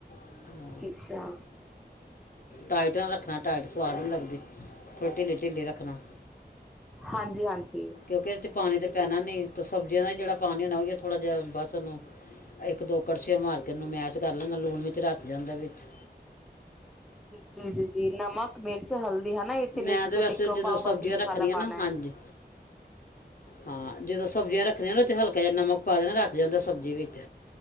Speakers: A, on the left; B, in the centre.
A: ਹਾਂ,
B: ਅੱਛਾ।
A: ਨਾਇਟ ਨਾ ਰੱਖਣਾ ਟਾਈਟ ਸਵਾਦ ਨਹੀਂ ਲੱਗਦੀ, ਥੋੜੀ ਢਿੱੱਲੀ-ਢਿੱੱਲੀ ਰੱਖਣਾ।
B: ਹਾਂਜੀ-ਹਾਂਜੀ।
A: ਕਿਉਂਕਿ ਇਹਦੇ 'ਚ ਪਾਣੀ ਤਾਂ ਪੈਣਾ ਨੀ ਸਬਜ਼ੀਆਂ ਦਾ ਹੀ ਜਿਹੜਾ ਪਾਣੀ ਹੋਣਾ ਉਹਹੀ ਹੈ ਥੋੜ੍ਹਾ ਜਿਹਾ ਬਸ ਉਹਨੂੰ ਇੱਕ ਦੋ ਕੜਛੇ ਮਾਰ ਕੇ ਇਹਨੂੰ ਮੈਚ ਕਰ ਲੈਂਦਾ ਲੂਣ ਵਿੱਚ ਰਚ ਜਾਂਦਾ ਵਿੱਚ।
B: ਜੀ- ਜੀ-ਜੀ ਨਮਕ ਮਿਰਚ, ਹਲਦੀ ਇਹ ਤਿੰਨੇ
A: ਮੈਂ
B: ਚੀਜ਼ਾਂ
A: ਤਾਂ ਵੈਸੇ
B: ਤੇ ਇੱਕ
A: ਜਦੋਂ
B: ਪਾਓ
A: ਸਬਜ਼ੀਆਂ
B: ਭਾਜੀ ਮਸਾਲਾ
A: ਰੱਖਣੀਆਂ
B: ਪਾਣਾ।
A: ਨਾ ਹਾਂਜੀ ਹਾਂ ਜਦੋਂ ਸਬਜ਼ੀਆਂ ਰੱਖਣੀਆਂ ਨਾ ਉਹ ਚ ਹਲਕਾ ਜਿਹਾ ਨਮਕ ਪਾ ਦੇਣਾ ਰਚ ਜਾਂਦਾ ਸਬਜ਼ੀ ਵਿੱਚ।